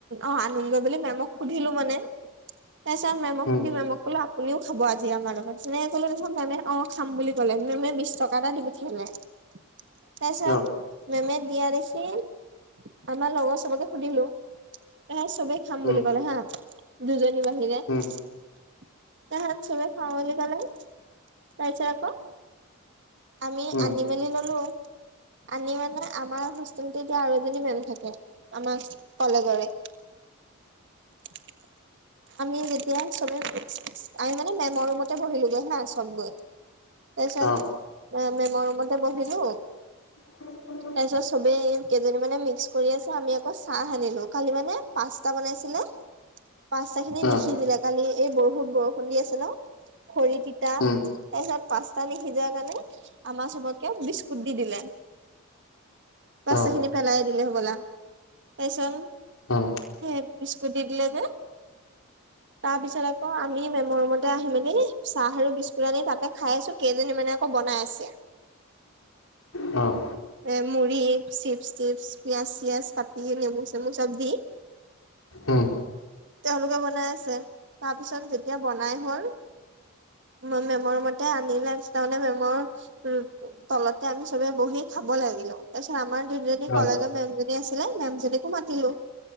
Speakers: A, on the right (about 55°); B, on the left (about 70°).
A: অ আনগ বুলি মেমক সুধিলো মানে। তাৰপিচত মেম সুধি
B: উম
A: মেমক কলো আপুনিও খাব আজি আমাৰ লগত মেমে কলে নখ মে অ খাম বুলি ক'লে, বিশ টকা এটা দিব পঠিয়ালে। তাৰপিছত
B: অ
A: মেমে দিয়া দেখি, আমাৰ লগৰ চবকে সুধিলো এ চবে খাম
B: উম
A: বুলি কলে হা, দুজনী বাহিৰে।
B: উম
A: ত হাত চবে খাম বুলি কলে, তাৰপিছত আকৌ আমি
B: উম
A: আনি মেলি ললো, আনি মানে আমাৰ এতিয়া আৰু এজনী মেম থাকে আমাৰ কলেজৰে <inaudible> আমি যেতিয়া চবে আমি মানে মেমৰ ৰুমতে বহিলোগে হা চব গৈ। তাৰপিছত
B: অ
A: মেমৰ ৰুমতে বহিলো,
B: হয় <unintelligible>
A: তাৰ পিছত চবেই কেইজনী মানে মিক্স কৰি আছে, আমি আকৌ চাহ সানিলো কালি মানে পাস্তা বনাইছিলে? পচ্তা খিনি নিসিজিলে
B: অ
A: দিলে কালি এই বৰষুত বৰষুণ দি আছে ন খৰি তিতা
B: উম
A: তাৰ পিছত পাস্তা নিসিজাৰ কাৰণে আমাৰ চবকে বিস্কুট দি দিলে। পচ্তা
B: অ
A: খিনি পেলাই দিলে হ'বলা। তাৰপিচত,
B: অ
A: <unintelligible> তাৰ পিছত, আকৌ আমি, মে'মৰ ৰুমতে আহি মেলি, চাহ আৰু বিস্কুট আনি, তাতে খাই আহিছোঁ। কেইজনী মানে, আকৌ বনাই আছে।
B: <inaudible> অ'!
A: এ মুড়ি, চিপছ- টিপছ, পিয়াজ-চিয়াজ কাটি, নেমু- চেমু, চব দি
B: উম
A: তেওঁলোকে বনাই আছে। তাৰ পিছত, যেতিয়া বনাই হ'ল মই মে'মৰ মতে, আনিলে। তাৰমানে, মে'মৰ উম! তলতে আমি, চবে বহি খা খাবলে লাগিলোঁ। তাৰপিছত, আমাৰ দুজনী
B: অ
A: কলেজৰ মে'ম আছিলে, মে'ম জনীকো মাতিলোঁ।